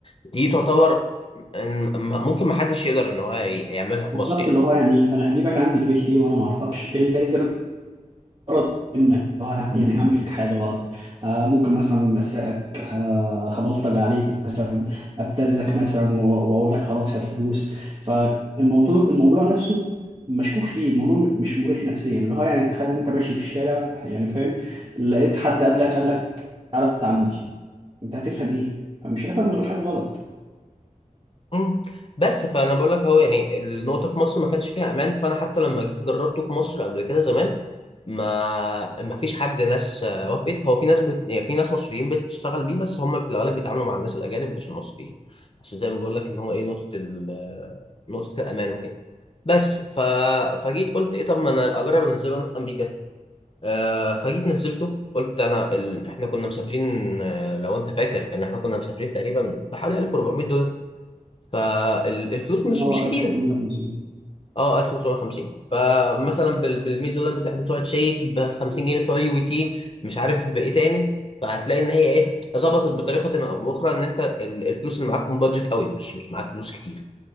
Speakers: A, on the left (about 40°); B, on the right (about 35°).
A: دي تعتبر إن- م- ممكن ما حدش يقدر ان هو ي- يعملها في
B: بالظبط
A: مصر يعني
B: اللي هو يعني انا هجيبك عندي البيت ليه وانا ما اعرفكش الا اذا غرض منك آه، يعني هعمل فيك حاجة غلط آه ممكن مثلا أسرقك آه هبلطج عليك مثلا أبتزك مثلا و- وأقول لك خلاص هات فلوس فالموضوع الموضوع نفسه مشكوك فيه الموضوع م- مش مريح نفسيا اللي هو يعني تخيل أنت ماشي في الشارع يعني فاهم لقيت حد قبلك قال لك تعالى أنت عندي أنت هتفهم إيه؟ مش هتفهم غير حاجة غلط
A: مم. بس فانا بقول لك اهو يعني النقطه في مصر ما كانش فيها امان فانا حتى لما جيت جربته في مصر قبل كده زمان ما ما فيش حد ناس آه، وافقت هو في ناس بت... يعني في ناس مصريين بتشتغل بيه بس هم في الغالب بيتعاملوا مع الناس الاجانب مش المصريين بس زي ما بقول لك ان هو ايه نقطه ال... آه، نقطه الامان وكده بس ف... فجيت قلت ايه طب ما انا اجرب انزله انا في امريكا آه فجيت نزلته قلت انا ال... احنا كنا مسافرين آه، لو انت فاكر ان احنا كنا مسافرين تقريبا بحوالي 1400 فالفلوس مش
B: اه
A: مش
B: 1350
A: كتيره اه 1350 فمثلا بال بال 100 دولار بتوع, بتوع تشيس ب 50 جنيه بتوع يو بي تي مش عارف بايه تاني فهتلاقي ان هي ايه ظبطت بطريقه او باخرى ان انت ال- الفلوس اللي معاك بادجت قوي مش مش معاك فلوس كتير